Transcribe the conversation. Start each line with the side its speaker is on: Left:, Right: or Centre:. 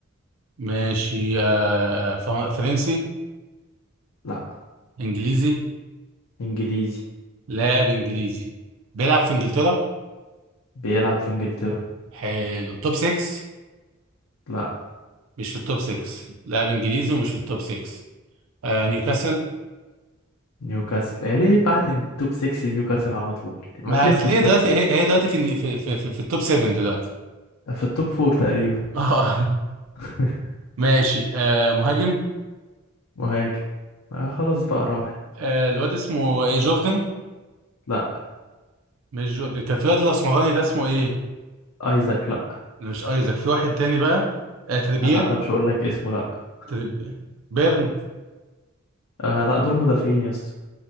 Right: ماشي آه فر- فرنسي
Left: لا
Right: انجليزي
Left: انجليزي
Right: لاعب انجليزي بيلعب في انجلترا
Left: بيلعب في انجلترا
Right: حلو توب 6
Left: لا
Right: مش في التوب 6 لاعب انجليزي ومش في التوب 6 آه نيوكاسل
Left: نيوكاسل إيه ليه بعد التوب 6 نيوكاسل على طول ما
Right: ما
Left: تلفش
Right: هتلاقيه دلوقتي
Left: بقى
Right: هي هي دلوقتي في في في, في, في التوب 7 دلوقتي
Left: في التوب 4 تقريبا
Right: <laughs> اه
Left: <laughs>
Right: ماشي آه مهاجم
Left: مهاجم آه خلاص بقى راحت
Right: آه الواد اسمه إيه، جوردن
Left: لا
Right: مش جوردن كان في واد الاسمراني ده اسمه ايه؟
Left: ايزاك لا
Right: لا، مش ايزاك في واحد تاني بقى آه تريبير
Left: آه لا ده مش هقول لك اسمه لا
Right: تريبير بيرن
Left: آه لا دول مدافعين يا اسطى